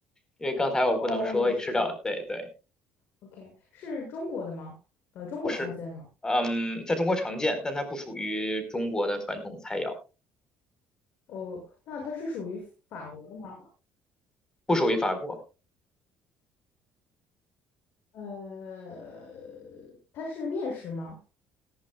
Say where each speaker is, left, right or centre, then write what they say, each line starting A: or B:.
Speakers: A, on the left (about 20°); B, on the left (about 70°).
A: 因为刚才我不能说吃到，
B: 哦哦，也是。
A: 对对，
B: OK，是中国的吗？呃，中国常见吗？
A: 不是。嗯，在中国常见，但它不属于中国的传统菜肴，
B: 哦，那它是属于法国的吗？
A: 不属于法国，
B: 呃，它是面食吗？